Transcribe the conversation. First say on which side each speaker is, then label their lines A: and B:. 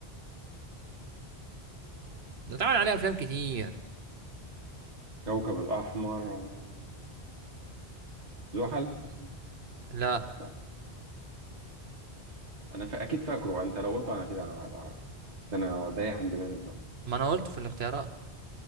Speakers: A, on the right (about 40°); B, on the right (about 70°).
A: آه.
B: ده تعال عليه أفلام كتير
A: كوكب الأحمر آه، زحل مثلا
B: لا
A: لا أنا ف... أكيد فاكره أنت لو قلته أنا أكيد هبقى عارفه بس أنا دايح عن دماغي دلوقتي
B: ما أنا قلت في الاختيارات